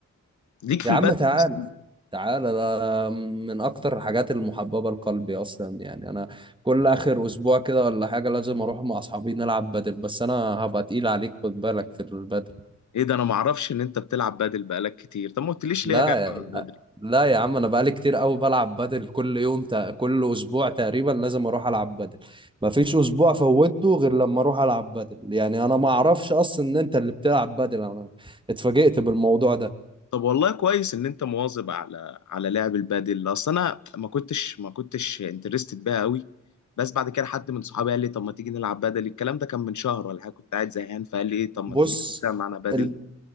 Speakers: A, on the left (about 75°); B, on the right (about 15°).
A: ليك في
B: يا
A: البدل
B: عم تعال
A: أصلاً؟
B: تعالى ده من اكتر الحاجات المحببه لقلبي اصلا يعني انا كل اخر اسبوع كده ولا حاجه لازم اروح مع اصحابي نلعب بدل بس انا هبقى تقيل عليك خد بالك في البدل
A: ايه ده انا ما اعرفش ان انت بتلعب بدل بقالك كتير طب ما قلتليش
B: لا
A: ليه يا جدع
B: يا
A: من بدل
B: لا, لا يا عم انا بقالي كتير قوي بلعب بدل كل يوم تق- كل اسبوع تقريبا لازم اروح العب بدل مفيش اسبوع فوتته غير لما اروح العب بدل يعني انا ما اعرفش اصلا ان انت اللي بتلعب بدل انا اتفاجئت بالموضوع ده
A: طب والله كويس ان انت مواظب على على لعب البادل اصل انا ما كنتش ما كنتش انترستد بيها قوي بس بعد كده حد من صحابي قال لي طب ما تيجي نلعب بادل الكلام ده كان من شهر ولا حاجه كنت قاعد زهقان فقال لي ايه طب ما
B: بص
A: تيجي تلعب معانا بادل
B: ال-